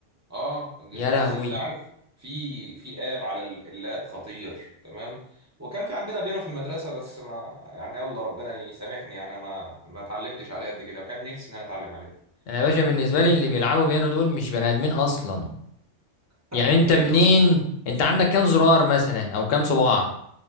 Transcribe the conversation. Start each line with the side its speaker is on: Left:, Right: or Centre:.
Right: اه نزلت
Left: يا لهوي
Right: عارف في في اب على ال- اللاب خطير تمام وكان في عندنا بيانو في المدرسه بس ما يعني يلا ربنا يسامحني انا ما ما اتعلمتش عليه قد كده كان نفسي ان انا اتعلم عليه
Left: انا يا باشا بالنسبه لي اللي بيلعبوا بيانو دول مش بني ادمين اصلا
Right: <laughs>
Left: يعني انت
Right: ليه
Left: منين
Right: يا اسطى
Left: انت عندك كام زرار مثلا او كام صباع